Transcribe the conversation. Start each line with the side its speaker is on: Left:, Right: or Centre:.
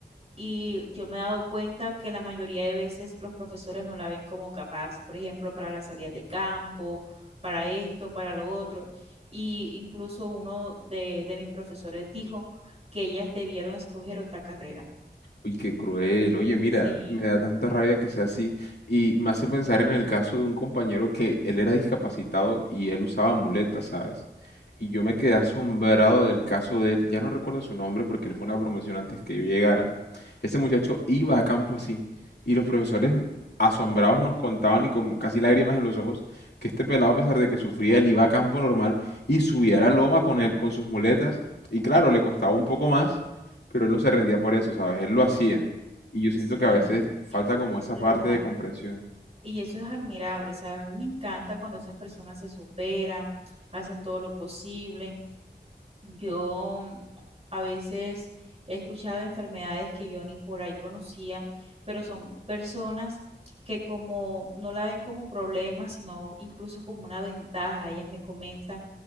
Right: y yo me he dado cuenta que la mayoría de veces los profesores no la ven como capaz, por ejemplo, para las salidas de campo, para esto, para lo otro. Y incluso uno de, de mis profesores dijo que ellas debieron escoger otra carrera.
Left: Uy, qué cruel. Oye, mira,
Right: Sí,
Left: me da tanta rabia que sea así. Y me hace pensar en el caso de un compañero que él era discapacitado y él usaba muletas, ¿sabes? Y yo me quedé asombrado del caso de él. Ya no recuerdo su nombre porque él fue una promoción antes que yo llegara. Ese muchacho iba a campo así. Y los profesores asombrados nos contaban y con casi lágrimas en los ojos que este pelado, a pesar de que sufría, él iba a campo normal y subía la loma con él, con sus muletas. Y claro, le costaba un poco más pero él no se rendía por eso, ¿sabes? Él lo hacía. Y yo siento
Right: sí,
Left: que a veces falta como esa
Right: los,
Left: parte
Right: a-
Left: de comprensión.
Right: Y eso es admirable, ¿sabes? A mí me encanta cuando esas personas se superan, hacen todo lo posible. Yo mm, a veces he escuchado enfermedades que yo ni por ahí conocía, pero son personas que como no la ven como problema, sino incluso como una ventaja. Ellas me comentan,